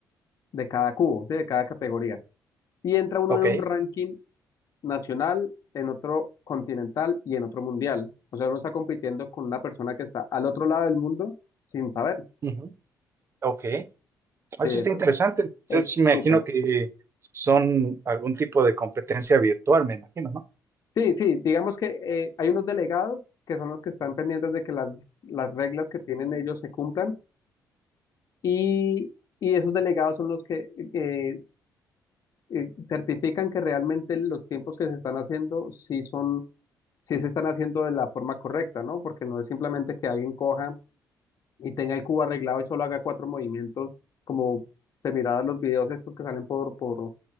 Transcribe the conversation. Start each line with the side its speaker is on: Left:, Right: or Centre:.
Left: de cada cubo, ¿sí? De cada categoría. Y entra uno
Right: Ok,
Left: en un ranking nacional, en otro continental y en otro mundial. O sea, uno está compitiendo con una persona que está al otro lado del mundo sin saber.
Right: ujú. ok. Eso
Left: Sí, eso
Right: está interesante. Entonces,
Left: es
Right: me
Left: súper.
Right: imagino que son algún tipo de competencia virtual, me imagino, ¿no?
Left: Sí, sí, digamos que eh, hay unos delegados que son los que están pendientes de que las, las reglas que tienen ellos se cumplan y, y esos delegados son los que eh, eh, certifican que realmente los tiempos que se están haciendo sí son sí se están haciendo de la forma correcta, ¿no? Porque no es simplemente que alguien coja y tenga el cubo arreglado y solo haga cuatro movimientos, como se miraba los videos estos que salen por, por,